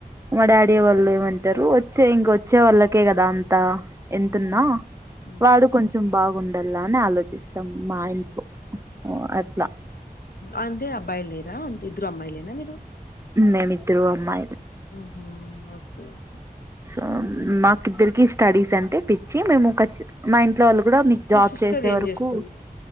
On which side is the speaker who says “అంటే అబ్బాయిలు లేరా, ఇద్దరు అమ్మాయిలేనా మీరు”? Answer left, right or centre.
Left